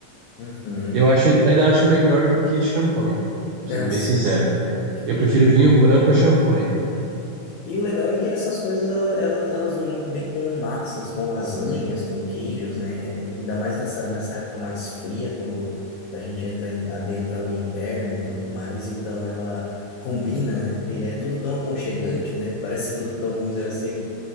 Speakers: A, on the left (about 75°); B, on the right (about 85°).
A: Uhum.
B: Eu acho, ainda acho melhor do que champanhe, sendo
A: Ah,
B: bem
A: sim.
B: sincero.
A: sim.
B: Eu
A: E,
B: prefiro vinho branco a champanhe.
A: e o legal é que essas coisas ela- elas, elas vão muito bem com massas, com lasanhas, com queijos, né? Ainda mais nessa, nessa época mais fria, quando a gente entra em- adentra o inverno e tudo mais, então ela combina, né? E é tudo tão aconchegante, né? Parece tudo tão, vamos dizer assim,